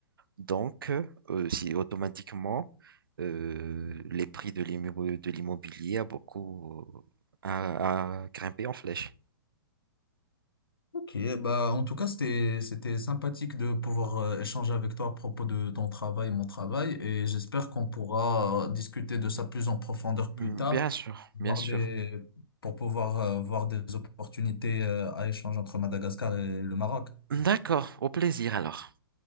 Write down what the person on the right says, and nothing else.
Donc, euh, si automatiquement, euh, les prix de l'immo- de l'immobilier a beaucoup euh, a, a grimpé en flèche.
Mm,
Bien sûr,
bien sûr.
D'accord, au plaisir alors.